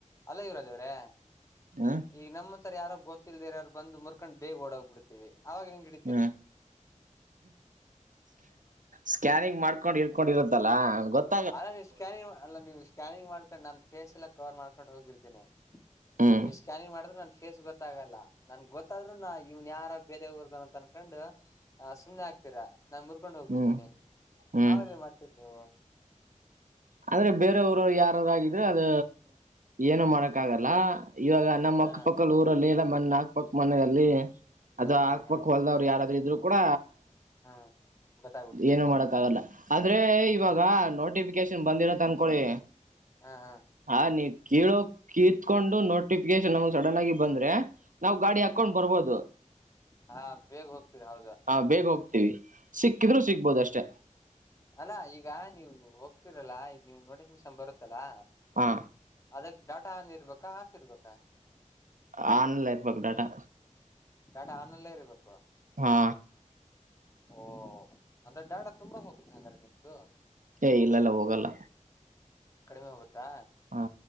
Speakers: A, on the left; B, on the right.
A: ಅಲ್ಲ ಯವರಾಜ್ ಅವ್ರೆ
B: ಹಾ
A: ಈಗ ನಮ್ಮ ಹತ್ರರ ಯಾರ ಗೊತ್ತಿಲ್ಲಲ್ದ ಯ್ರು ಬಂದು ಮುರ್ಕೊಂಡ್ ಬೇಗ ಓಡೋಗ್ ಬಿಡ್ತತಿವಿ ಅವಾಗ ನಗೆ
B: ಹ್ಮ ಸ್ಕ್ಯಾನಿಂಗ್ ಮಾಡ್ಕೊಂಡು ಇಡ್ಕೊಂಡ್ ಇರುತ್ತಲ್ಲ ನ ಗೊತ್ತ
A: ಅಲ್ಲ ನೀ್ ಸ್ಕ್ಯಾನಿಂಗ್ ಅಲ್ಲ ನೀವು ಸ್ಕ್ಯಾನಿಂಗ್ ಮಾಡ್ಕೊಂಡ್ ನಾನನ್ ಫೇಸ್ ಎಲ್ಲ ಕವರ್ ಮಾಡ್ಕೊಂಡು ಹೋಗಿರ್ತೀನಿ
B: ಹ್ಮ್
A: ನೀವು ಸ್ಕ್ಯಾನಿಂಗ್ ಮಾಡಿದ್ರೆ ನನ್ ಫೇಸ್ ಗೊತ್ತಾಗಲ್ಲ ನನ್ ಗೊತ್ತಾದ್ೂ ಇವ್ನ್ ಯಾರ ಬೇರೆ ಊರದನಂತ ಅನ್ಕೊಂಡ್ ಅ ಸುಮ್ನೆ ಆಾಕ್ತೀರಾ ನಾನ್ ಮುರ್ಕೊಂಡ್ ಹೋಗ್ಬಿಡ್ತೀನಿ
B: ಹ್ಮ್ ಹ್ಮ್
A: ಅದರ ಮಾಡ್ತೀರಿ ನೀವು
B: ಅಂದ್ರ ಬೇರೆವರವರು ಯಾರಾರಾಗಿದ್ರೆ ಅದ ಏನು ಮಾಡಕ್ ಆಗಲ್ಲ ಇವಾಗ ನಮ್ಮ್
A: ಹಾ
B: ಅಕ್ಕ ಪಕ್ಕದ ಊರಲ್ಲಿ ಎಲ್ಲಾ <inaudible> <inaudible> ಆಗ್ಬೇಕು ಮಣ್ಣಲ್ಲಿ ಅದು
A: ಹಾ ಹಾ
B: ಹಾಕ್ಬೇಕು
A: ಹಾ
B: ಹೊಲದವ್ರು ಯಾರಾದ್ರರು ಇದ್ರು ಕೂಡ
A: ಹಾ ಗೊತ್ತಾಗ್ಬಿಡುತ್ತೆ
B: ಏನುೂ ಮಾಡೋಕ್ಕ ಆಗಲ್ಲ ಆದ್ರೆ ಇವಾಗ ನೋಟಿಫಿಕೇಶನ್ ಬಂದಿರತ್ ಅನ್ಕೊಳ್ಳಿ
A: ಹಾ ಹಾ
B: ಹಾ ನೀವ ಕೀಳೋ ಕೀತ್ಕೊಂಡು ನೋಟಿಫಿಕೇಶನ್ ನಮಗ್ ಸಡನ್ ಆಗಿ ಬಂದ್ರೆ ನಾವು ಗಾಡಿ
A: ಹ
B: ಹಾಕೊಂಡು ಬರ್ಬೋದು
A: ಹಾ ಬೇಗ ಹೋಗ್ತೀರಾ ಹೌದು
B: ಹ ಬೇಗ ಹೋಗ <unintelligible> ಸಿಕ್ಕಿದ್ರು ಸಿಗ್ಬಹದು ಅಷ್ಟೇ
A: ಅಲ್ಲಾ ಈಗ ನೀವು ಹೋಗ್ತಿರಲ್ಲಾ ಈಗ ನಿಮಗ ನೋಟಿಫಿಕೇಶನ್ ಬರುತ್ತಲ್ಲಾ
B: ಹಾ
A: ಅದಕ್ ಡಾಟಾ ಆನ್ ಇರ್ಬೇಕಾ ಆಫ್ ಇರ್ಬೇಕಾ
B: ಆನ್ಲೈರ್ ಇರಬೇಕ ಡಾಟಾ
A: ಡಾಟಾ ಆನ್ ಅಲ್ಲೇ ಇರ್ಬೇಕು
B: ಹಾ
A: ಓ ಅಂದ್ರೆ ಡ್ಯಾಡ ತುಂಬಾ ಹೋಗುತ್ತೆ ಹಂಗಾರ ನಿಮ್ದು
B: ಏ ಇಲ್ಲಲ್ಲ ಹೋಗಲ್ಲ
A: ಕಡಿಮೆ ಹೋಗುತ್ತಾ
B: ಹಾ